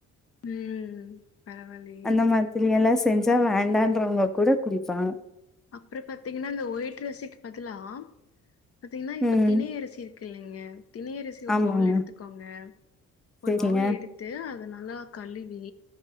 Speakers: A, on the left (about 50°); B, in the centre.
A: ம் பரவால்லயே
B: அந்த மா இப்டியெல்லா செஞ்சா வேண்டான்றவங்க கூட குடிப்பாங்க
A: அப்றோ பாத்தீங்கன்னா இந்த ஒயிட் ரைசிக்கு பதிலா பாத்தீங்கன்னா இப்ப
B: ம்
A: தினை அரிசி இருக்கு இல்லைங்க தினை அரிசி ஒரு
B: ஆமாங்க
A: பவுல் எடுத்துக்கோங்க ஒரு
B: செரிங்க
A: பவுல் எடுத்து அத நல்லா கழுவி